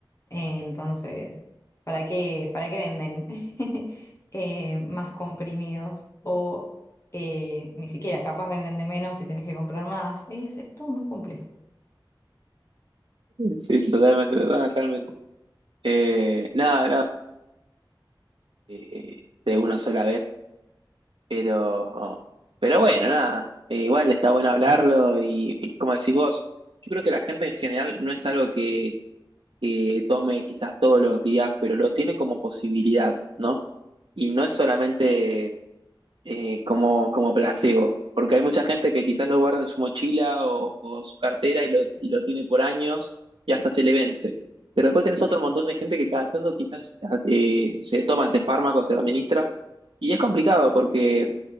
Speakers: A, on the left; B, on the right.
A: Eh, entonces, ¿para qué, para qué venden <laughs> eh, más comprimidos? O eh, ni siquiera, capaz venden de menos y tenés que comprar más. Es, es todo muy complejo.
B: Sí, totalmente, totalmente. Eh, nada, nada, eh, de una sola vez. Pero, pero bueno, nada. eh, igual está bueno hablarlo y, y como decís vos, yo creo que la gente en general no es algo que, que tome quizás todos los días, pero lo tiene como posibilidad, ¿no? Y no es solamente eh, como, como placebo, porque hay mucha gente que quizás lo guarda en su mochila o, o su cartera y lo, y lo tiene por años y hasta se le vence. Pero después tenés otro montón de gente que cada tanto quizás eh, se toma ese fármaco, se lo administra. Y es complicado porque